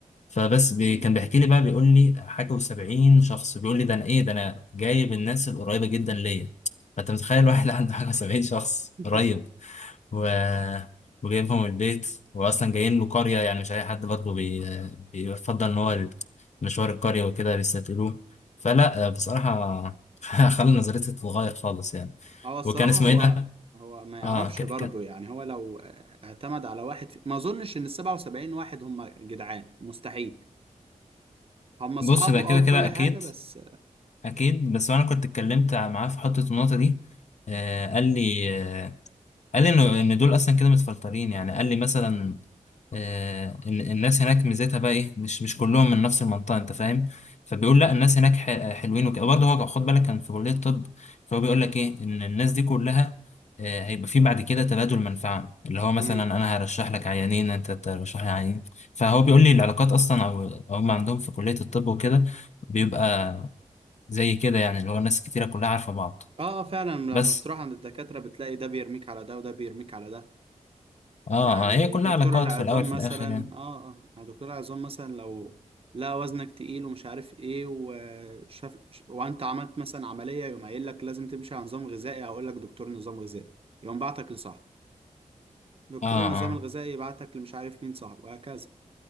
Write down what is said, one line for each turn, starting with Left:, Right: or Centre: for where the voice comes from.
Left: فبس بي
Right: مم.
Left: كان بيحكي لي بقى بيقول لي حاجة وسبعين شخص بيقول لي ده أنا إيه ده أنا جايب الناس القريبة جدا ليا فأنت متخيل واحد <laughs> عنده حاجة وسبعين شخص
Right: <laughs>
Left: قريب و... وجايبهم البيت وأصلا جايين له قرية يعني مش أي حد برضه بي... بيفضل إن هو مشوار القرية وكده بيستقبلوه فلا آه، بصراحة <laughs> خلى نظرتي تتغير خالص يعني
Right: هو الصراحة
Left: وكان اسمه
Right: هو
Left: إيه ده؟
Right: هو ما يعرفش
Left: آه ك... كان
Right: برضه يعني هو لو آه، اعتمد على واحد في... ما اظنش ان ال 77 واحد هم جدعان مستحيل هم اصحابه
Left: بص بقى كده
Right: اه وكل
Left: كده أكيد
Right: حاجة بس
Left: اكيد بس انا كنت اتكلمت معاه في حته النقطه دي آه قال لي آه قال لي انه ان دول اصلا كده متفلترين يعني قال لي مثلا آه ان الناس هناك ميزتها بقى ايه مش مش كلهم من نفس المنطقه انت فاهم فبيقول لا الناس هناك ح- حلوين وكده برضه هو خد بالك كان في كليه طب فهو بيقول لك ايه ان الناس دي كلها آه، هيبقى في بعد كده تبادل منفعة اللي هو مثلا
Right: امم
Left: انا هرشح لك عيانين انت ترشح لي عيانين فهو بيقول لي العلاقات اصلا او أو هم عندهم في كلية الطب وكده بيبقى زي كده يعني اللي هو ناس كتيرة كلها عارفة بعض
Right: اه آه، فعلا لما
Left: بس
Right: تروح عند الدكاترة بتلاقي ده بيرميك على ده وده بيرميك على ده
Left: اه
Right: يعني
Left: اه هي كلها
Right: دكتور
Left: علاقات
Right: العظام
Left: في الأول في
Right: مثلا
Left: الآخر يعني
Right: اه اه يعني دكتور العظام مثلا لو لا وزنك تقيل ومش عارف ايه وشاف وانت عملت مثلا عملية يقوم قايل لك لازم تمشي على نظام غذائي هقول لك دكتور نظام غذائي يقوم بعتك لصاحب دكتور
Left: اه
Right: النظام
Left: اه
Right: الغذائي يبعتك لمش عارف مين صاحبه وهكذا